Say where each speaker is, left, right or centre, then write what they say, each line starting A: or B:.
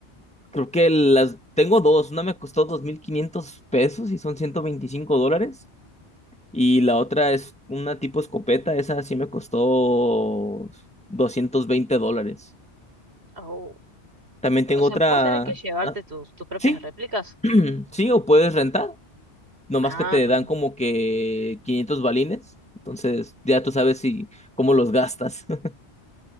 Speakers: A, in the centre; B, on the right.
A: creo que las tengo dos. Una me costó 2.500 pesos y son 125 dólares. Y la otra es una tipo escopeta. Esa sí me costó 220 dólares.
B: Au.
A: También tengo
B: O sea,
A: otra.
B: vos tenés que llevarte
A: ah,
B: tus, tus propias
A: Sí,
B: réplicas.
A: <clears throat> Sí, o puedes rentar, nomás
B: Ah,
A: que te
B: claro.
A: dan como que 500 balines, entonces ya tú sabes si cómo los gastas. <laughs>